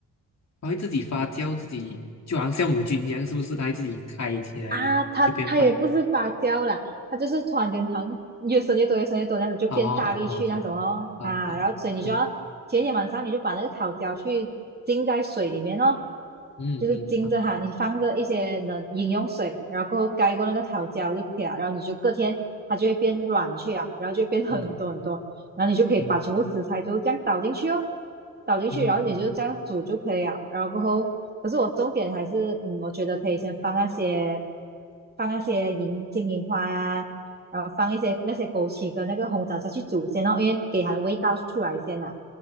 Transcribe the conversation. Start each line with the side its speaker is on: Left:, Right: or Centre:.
Left: 它会自己发酵，自己就好像酵母菌一样，是不是？它会自己开起来就变大。
Right: 啊，它它也不是芭蕉啦，它就是突然间好像越生越多，越生越多，这样子就变大力去那种哦啊，
Left: 哦哦哦，好，好好，
Right: 然后所以你就要前一天晚上你就把那个桃胶去浸在水里面哦，
Left: 嗯嗯嗯，
Right: 就是浸着哈，
Left: 好，
Right: 你放着一些冷饮用水，然后过后盖过那个桃胶就可以了，然后你就隔天它就会变软去啊，然后就变很多很多然后你就可以把全部食材就这样倒进去哦，
Left: 嗯嗯
Right: 倒进去，
Left: 嗯嗯
Right: 然后你就这样煮就可以了。然后过后，可是我重点还是，嗯，我觉得可以先放那些放那些银金银花呀、然后放一些那些枸杞跟那个红枣下去煮先哦，因为给它的味道出来先啊。